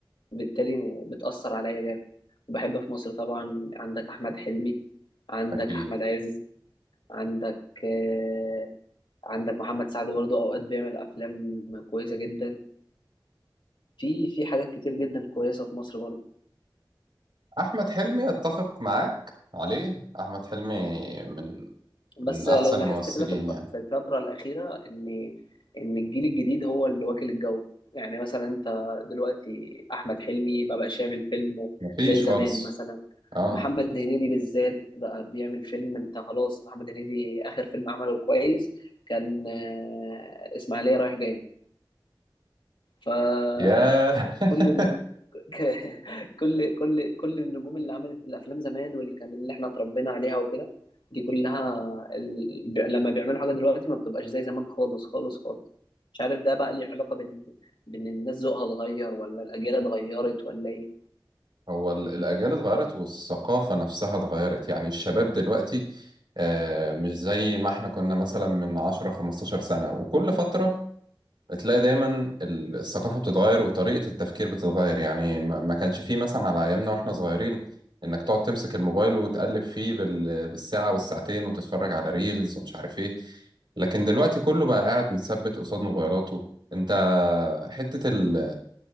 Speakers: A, on the left; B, on the right.
A: بالتالي بتأثر عليا جامد وبحب في مصر طبعا عندك أحمد حلمي عندك
B: أكيد
A: أحمد عز عندك آه، عندك محمد سعد برضه أوقات بيعمل أفلام كويسة جدا في في حاجات كتير جدا كويسه في مصر برضه
B: أحمد حلمي أتفق معاك عليه أحمد حلمي من
A: بس
B: من أحسن
A: لو لاحظت
B: الممثلين
A: كده في الف-
B: يعني
A: في الفتره الاخيره ان ان الجيل الجديد هو اللي واكل الجو يعني مثلا انت دلوقتي احمد حلمي ما بقاش يعمل فيلم
B: مفيش
A: زي زمان
B: خالص
A: مثلا
B: آه
A: محمد هنيدي بالذات بقى بيعمل فيلم انت خلاص محمد هنيدي اخر فيلم عمله كويس كان آه، اسماعيليه رايح جاي فكل
B: ياه <laughs>
A: ك- <laughs> كل كل كل النجوم اللي عملت الافلام زمان واللي كان اللي احنا اتربينا عليها وكده دي كلها ال... ب... لما بيعملوا حاجه دلوقتي ما بتبقاش زي زمان خالص خالص خالص مش عارف ده بقى ليه علاقه بال بان الناس ذوقها اتغير ولا الاجيال اتغيرت ولا ايه
B: هو ال- الأجيال اتغيرت والثقافة نفسها اتغيرت يعني الشباب دلوقتي آه مش زي ما احنا كنا مثلا من 10 15 سنة وكل فترة تلاقي دايما ال- الثقافة بتتغير وطريقة التفكير بتتغير يعني ما ما كانش فيه مثلا على أيامنا وإحنا صغيرين إنك تقعد تمسك الموبايل وتقلب فيه بال- بالساعة والساعتين وتتفرج على ريلز ومش عارف إيه لكن دلوقتي كله بقى قاعد متثبت قصاد موبايلاته أنت حتة ال...